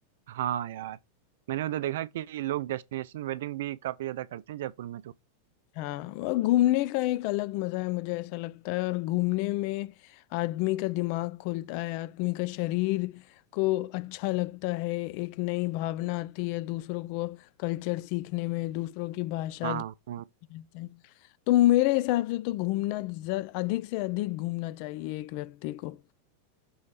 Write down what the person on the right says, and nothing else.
हाँ यार मैंने उधर देखा कि लोग डेस्टिनेशन वेडिंग भी काफी ज्यादा करते हैं जयपुर में तो
हाँ हाँ